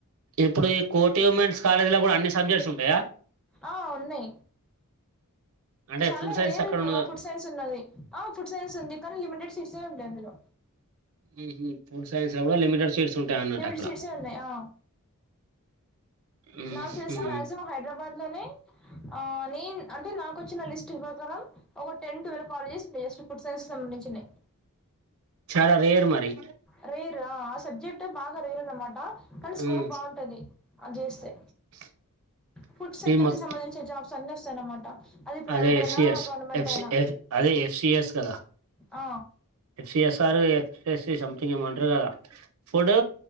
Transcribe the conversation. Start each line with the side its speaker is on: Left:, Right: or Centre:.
Right: ఇప్పుడు ఈ కోటి ఉమెన్స్ కాలేజ్ లో కూడా అన్ని సబ్జెక్ట్స్ ఉంటాయా
Centre: ఆ ఉన్నాయి
Right: అంటే
Centre: చాలా
Right: ఫుడ్ సైన్స్
Centre: రేర్
Right: అక్కడ
Centre: ఇప్పుడు
Right: ఉన్న
Centre: మా ఫుడ్ సైన్స్ ఉన్నది ఆ ఫుడ్ సైన్స్ ఉంది కానీ లిమిటెడ్ టిడ్స్ ఉంటాయ్ అందులో
Right: ఉహు ఫుడ్ సైన్స్ లో కూడా లిమిటెడ్ సీట్స్ ఉంటాయి అన్నట్
Centre: లిమిటెడ్
Right: అక్కడ
Centre: సీట్సే ఉన్నాయి ఆ
Right: ఉహు
Centre: నాకు తెలిసి మాక్సిమం హైదరాబాద్ లోనే ఆ నేను అంటే నాకొచ్చిన లిస్ట్ ప్రకారం ఒక టెన్ ట్వల్వ్ <unintelligible> జస్ట్ ఫుడ్ సైన్స్కి సంబంధించి ఉన్నాయి.
Right: చాలా రేర్ మరి
Centre: అరే రా ఆ సబ్జెక్ట్ అంటే బాగా రేరు అన్నమాట కానీ స్కోప్
Right: ఉమ్
Centre: బాగుంటది అ జేస్తే
Right: <inaudible>
Centre: ఫుడ్ సెక్టర్
Right: ఈ మొత్తం
Centre: కి సంబంధిన జాబ్స్ అన్ని వస్తాయన్నమాట అది ప్రైవేట్
Right: అదే ఎఫ్సిఎస్
Centre: అయినా గవర్నమెంట్ అయినా
Right: ఎ అదే ఎఫ్సిఎస్ కదా
Centre: ఆ
Right: ఎఫ్సిఎస్ ఆరు ఎఫ్ ఎస్ సీ సమ్థింగ్ ఏమో అంటరూ కదా ఫుడూ